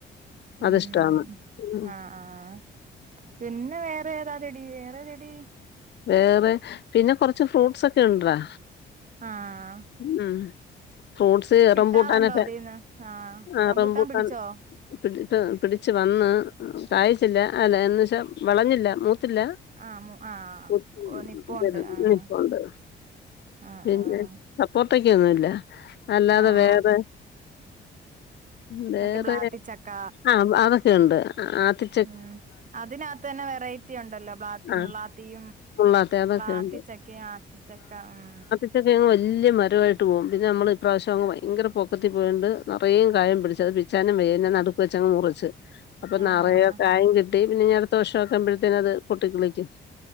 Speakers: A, on the left (about 60°); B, on the right (about 40°).
A: അതിഷ്ടമാണ്
B: ഉം
A: ഉം.
B: ആഹ് ആഹ് ആഹ് പിന്നെ വേ ഇതേതാതടി വേറെതെടീ
A: വേറെ പിന്നെ കൊറച്ച് ഫ്രൂട്സൊക്കെ ഇണ്ടടാ
B: ആഹ്
A: ഉം ഫ്രൂട്ട്സ്
B: കിട്ടാറുണ്ടോ
A: റംപൂട്ടാനൊക്കെ
B: അതീന്ന് ആഹ്
A: അഹ്
B: റംബൂട്ടാൻ
A: റംപൂട്ടാൻ
B: പിടിച്ചോ
A: പിടി പിടിച്ച് വന്ന് കായിച്ചില്ല അല്ല എന്ന് ച്ചാ വെളഞ്ഞില്ലാ മൂത്തില്ലാ
B: ആഹ് മു ആഹ്
A: <unintelligible>
B: ഓ നിപ്പോണ്ട് ആഹ്
A: നിപ്പാെണ്ട്
B: ആഹ്
A: പിന്നെ
B: ആഹ്
A: പൊത്തക്ക്യൊന്നുല്ല അല്ലാതെ
B: ആഹ്
A: വേറെ ഉം വേറെ
B: മറ്റേ ബ്ലാത്തിച്ചക്ക
A: അ അതൊക്കെയുണ്ട് ആദി
B: ഉം അതിനകത്ത്തന്നെ വെറൈറ്റി ഉണ്ടല്ലോ ബ്ലാത്തി
A: ആ
B: മുള്ളാത്തിയും
A: മുള്ളാത്ത അതൊക്കെ
B: ബ്ലാത്തി
A: ഉണ്ട്
B: ചക്കെയും ആത്തി ചക്ക ഉം
A: ഇതൊക്കെ അങ്ങ് വല്യ മരവായിട്ട് പോവും പിന്നെ നമ്മള് ഇപ്രാവശ്യം അങ്ങ് ഭയെങ്കെര പൊക്കത്തി പോയാേണ്ട് നെറേ കായും പിടിച്ച് അത് പി ച്ചാനും മേഞ്ഞ നടുക്ക് വെച്ചങ്ങ് മുറ്ച്ച് അപ്പൊ
B: ആഹ്
A: നറയെ കായിം കിട്ടി പിന്നെഞ്ഞ് അട്ത്തെ വർഷം വക്ക്മ്പേഴ്ത്തേന് അത് പൊട്ടിക്കിളിക്കും